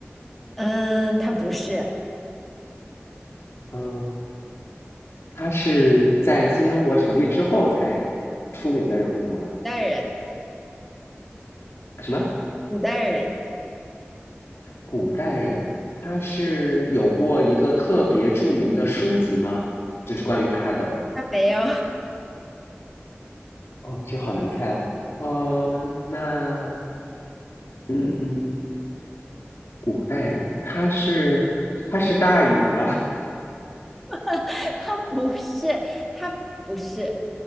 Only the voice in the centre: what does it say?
嗯，他不是
代人，
古代人，
他没有，
<laughs> 他不是，他不是，